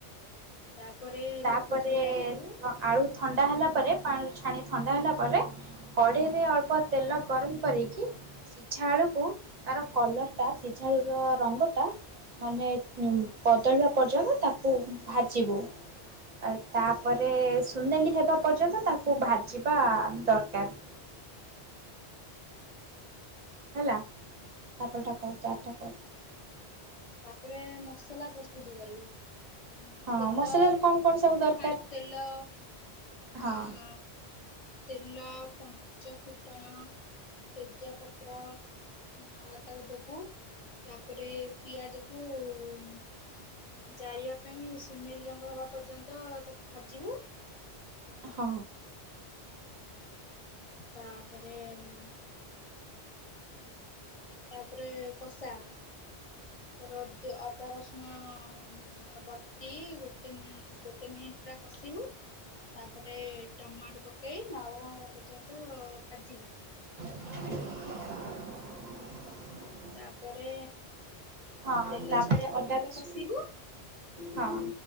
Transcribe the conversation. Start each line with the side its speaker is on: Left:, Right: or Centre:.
Left: ତାପରେ
Right: ତାପରେ
Left: ତାକୁ ଥଣ୍ଡା କରିବୁ
Right: କ ଆଳୁ ଥଣ୍ଡା ହେଲା ପରେ ପାଣିରୁ ଛାଣି ଥଣ୍ଡା ହେଲା ପରେ କଢ଼େଇରେ ଅଳ୍ପ ତେଲ ଗରମ କରିକି ସିଝା ଆଳୁକୁ ତାର କଲର୍ଟା ସିଝା ଆଳୁର ରଙ୍ଗଟା ମାନେ ଅ ପ ବଦଳିବା ପର୍ଯ୍ୟନ୍ତ ତାକୁ ଭାଜିବୁ। ଆଉ ତାପରେ ସୁନେଲି ହେବା ପର୍ଯ୍ୟନ୍ତ ତାକୁ ଭାଜିବା ଦରକାର। ହେଲା ତାପର ଟା କ ଚାର୍ଟା କ
Left: ତାପରେ ମସଲା ପ୍ରସ୍ତୁତ କରିବୁ। ହୁଁ
Right: ହଁ
Left: ତେଲ
Right: ମସଲାରେ କଣ କଣ ସବୁ ଦରକାର?
Left: ଫାଷ୍ଟ ତେଲ
Right: ହଁ।
Left: ଅଁ, ତେଲ, ପଞ୍ଚ ଫୁଟଣ। ତେଜ ପତ୍ର। ଅ, ତାକୁ ଦବୁ ତାପରେ ପିଆଜକୁ ଉଁ, ଜାରିବା ପାଇଁ ସୁନେଲି ରଙ୍ଗ ହବା ପର୍ଯ୍ୟନ୍ତ ତାକୁ ଭାଜିବୁ।
Right: ହଁ।
Left: ତାପରେ ଉଁ, ତାପରେ କଷା ତାରେ ଅଦ ଅଦା ରସୁଣ ଉଁ, ଅ, ବଟି ଗୋଟେ ମି- ଗୋଟେ ମିଣ୍ଟ୍ ପୁରା କଷିବୁ। ତାପରେ ଟମାଟ ପକେଇ ନରମ ହବା ପର୍ଯ୍ୟନ୍ତ ଭାଜିବୁ।
Right: <inaudible>
Left: ତାପରେ
Right: ହଁ
Left: ତେଲ
Right: ତାପରେ
Left: ଛାଡ଼ିବା
Right: ଅଦା
Left: ପର୍ଯ୍ୟନ୍ତ
Right: ଛୁ-
Left: କଷିବୁ
Right: ହଁ